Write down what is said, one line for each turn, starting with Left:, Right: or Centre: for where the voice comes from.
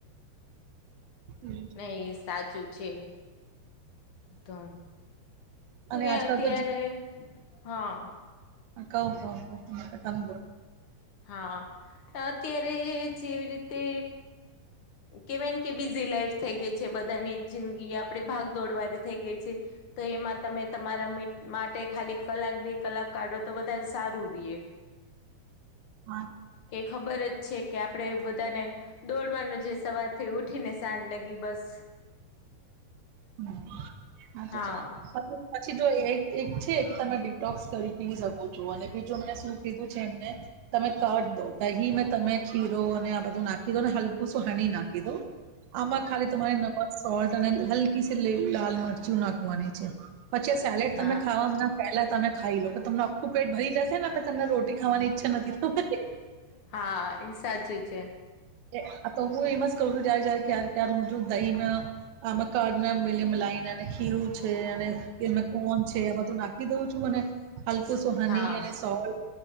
Right: હમ્મ
Left: એ સાચું છે, તોમ
Right: અને
Left: એ
Right: આજકાલ
Left: અત્યારે
Right: તો
Left: હા
Right: કઉ કઉ પછી મેં કે તમે
Left: હા, અત્યારે જેવી રીતે કેવાયને કે બીઝી લાઈફ થઈ ગઈ છે, બધાની જિંદગી આપડી ભાગ દોડ વાળી થઈ ગઈ છે. તો એમાં તમે તમારા મીટ માટે ખાલી કલાક બે કલાક કાઢો તો વધારે સારું રિએ
Right: હા
Left: કે ખબર જ છે કે આપ આપણે બધાને દોડવાનું જે સવાર થી ઉઠી ને શાન લગી બસ.
Right: <unintelligible>
Left: હા
Right: પછી જો એક એક છે કે, તમે ડિટોક્સ કરી પી શકો છો, અને બીજું મે શું કીધું છે એમને તમે કટ દો, દહી મેં તમે ખીરો અને આ બધું નાખી દો ને હલકું શું હની નાખી દો.
Left: <inaudible>
Right: આમાં ખાલી તમારે નમક સોલ્ટ અને હલકીસી લી લાલ મરચું નાખવાની છે. પછી સેલેડ
Left: હા
Right: તમે ખાવાવામ ના પેલા તમે ખાઈ લો, પછી તમને આખું પેટ ભરી જશેને પચી તમને રોટી ખાવાની ઈચ્છા નથી થ
Left: હા એ સાચી છે.
Right: એ આ તો હું એમ જ કરું છું જયારે જયારે ક્યાર કાર હું તો દહી મે આમ કારડના મિલી મલાઈનાને ખીરું. છે, અને એમાં કોન છે, આ બધું નાખી દઉં છું અને હલકું સુ હની
Left: હા
Right: અને સોલ્ટ